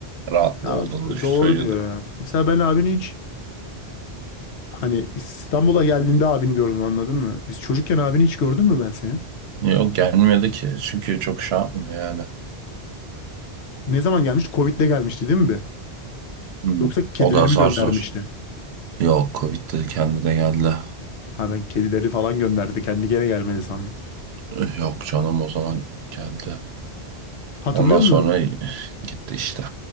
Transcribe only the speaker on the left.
Ya
doğru
diyor ya. Mesela ben abini hiç hani İstanbul'a geldiğinde abini gördüm anladın mı? Biz çocukken abini hiç gördün mü ben senin?
Ne zaman gelmişti? Covid'de gelmişti değil mi be?
Yoksa kedilerimi
Aynen. göndermişti.
Ha ben kedileri falan gönderdi. Kendi gene gelmedi sandım.
Hatırlıyor
musun?